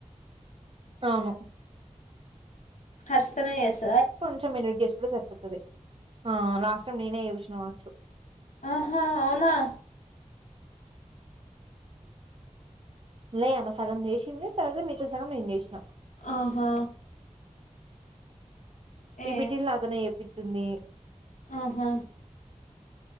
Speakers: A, on the right; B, on the left.
A: అవును.
B: హర్షితన చేస్త
A: కొంచెం ఎడిట్ చేసుకుంటే సరిపోతది. మొత్తం నేనే ఎవిసిన కావచ్చు.
B: ఆహా అవునా.
A: లే ఆమె సగం చేసింది తర్వాత మిగతా ది సగం ఏం నేను చేసినా.
B: ఆహా ఏ
A: ఏపీటిల్ నాతోనే చేపిచ్ తంది.
B: ఆహా.